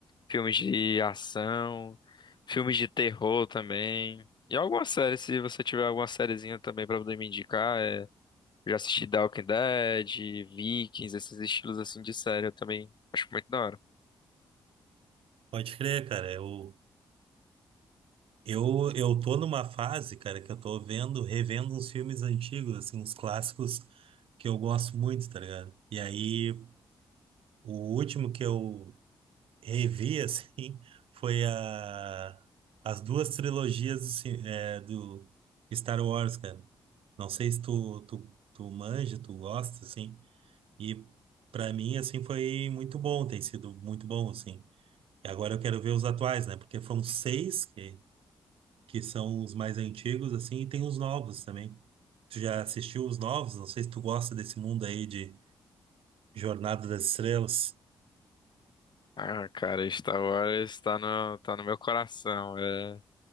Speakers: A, on the left; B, on the right.
A: Filmes de ação, filmes de terror também. E alguma série, se você tiver alguma sériezinha também pra poder me indicar, é... eu já assisti The Walking Dead, Vikings, esses estilos assim de série eu também acho muito da hora.
B: Pode crer, cara, eu, eu, eu tô numa fase, cara, que eu tô vendo, revendo uns filmes antigos, assim, uns clássicos que eu gosto muito, tá ligado? E aí... O último que eu revi, assim, <laughs> foi a, as duas trilogias do, ci- é, do Star Wars, cara. Não sei se tu, tu, tu manja, tu gosta, assim. E pra mim, assim, foi muito bom, tem sido muito bom, assim. E agora eu quero ver os atuais, né? Porque foram seis que, que são os mais antigos, assim, e tem os novos também. Tu já assistiu os novos? Não sei se tu gosta desse mundo aí de Jornada das Estrelas.
A: Ah, cara, Star Wars tá no, tá no meu coração. É